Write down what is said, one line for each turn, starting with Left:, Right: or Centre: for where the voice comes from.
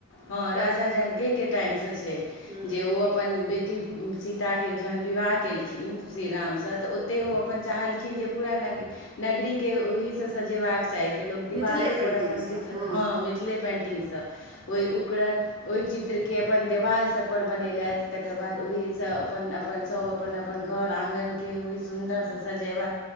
Left: हँ राजा
Right: जनकके
Left: जनकन के टाइम सँ छै।
Right: हूँ
Left: जे ओ अपन बेटी सीता के जहन विवाह केलखिन खिन श्रीरामसँ तऽ ओतहि ओ अप्पन चाहलखिन जे पूरा नग नगरी के ओहि सँ सजेबाक चाही तऽ लोक दिवालोपर
Right: मिथिले पेन्टिंगसँ
Left: अप्पन चित्र हँ मिथिले पेन्टिंग
Right: हूँ
Left: सँ ओ ओकर ओहि चित्र के अप्पन देवाल सभ पर बनेलथि तकर बाद ओहि सँ अप्पन अप्पन सभ अप्पन अप्पन घोर आँगन के ओहि सुन्दर सँ सजेबै